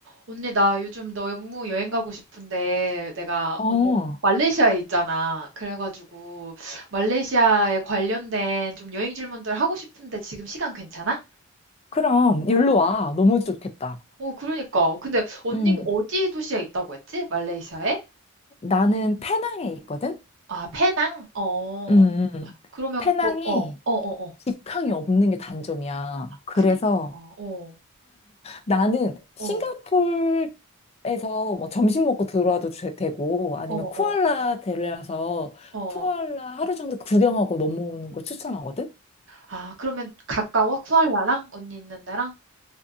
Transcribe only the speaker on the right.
언니, 나 요즘 너무 여행 가고 싶은데, 내가
언니 말레이시아에 있잖아. 그래가지고, 말레이시아에 관련된 좀 여행 질문들 하고 싶은데 지금 시간 괜찮아?
어, 그러니까. 근데 언니가
어디 도시에 있다고 했지? 말레이시아에?
아, 페낭? 어.
그러면
곧, 어, 어, 어, 어.
그니까, 어,
어,
어,
어,
어.
아, 그러면 가까워? 쿠알라랑? 언니 있는 데랑?